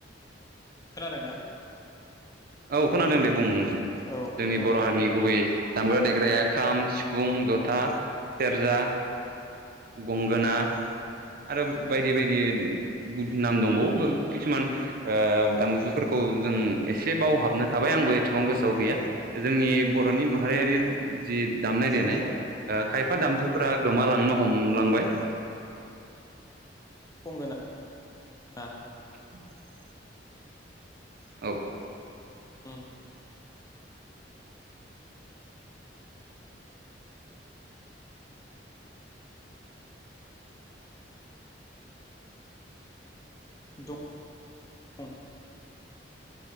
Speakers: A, on the left; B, on the right.
A: खोनादों ना?
B: औ खोनादों दे बुं। जोंनि
A: औ औ
B: बर' हारिनि गुबै दामग्रा देग्राया खाम सिफुं जथा सेरजा गंगोना आरो बायदि बायदि नाम दंबावो खिसुमान ओ दामजुफोरखौ जों एसे बावहाबनो थाबाय आंबो एसेबां गोसोआव गैया जोंनि बर'नि माहारियारि जि दामनाय देनाय
A: सेरजा
B: दा ओ खायफ दामजुफोरा गोमालांनो ह हमलांबाय
A: बुंगोना आ
B: <inaudible> औ
A: उम द <unintelligible>